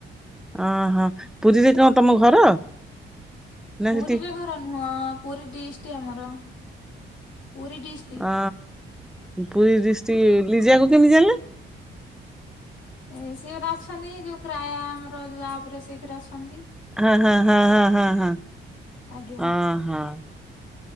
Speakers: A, in the centre; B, on the left.
A: ଅହୋ। ପୁରୀରେ କଣ ତମ ଘର? ନା
B: ପୁରୀରେ
A: ସେଠି
B: ଘର ନୁହଁ। ପୁରୀ ଡିଷ୍ଟ ଆମର। ପୁରୀ ଡିଷ୍ଟଟିକ୍।
A: ଅ ପୁରୀ ଡିଷ୍ଟ୍ରିକ୍ ଲିଜାକୁ କେମିତି ଜାଣିଲେ?
B: ଇ ସିଏ ପା ଅଛନ୍ତି। ଯୋଉ କ୍ରାୟା ଆମର ଯୋଉ ଆପ ରେ ସେଇଥିରେ ଅଛନ୍ତି।
A: ହ- ହ- ହ -ହ- ହ- ହ
B: ଆଜ୍ଞା।
A: -ହ -ହ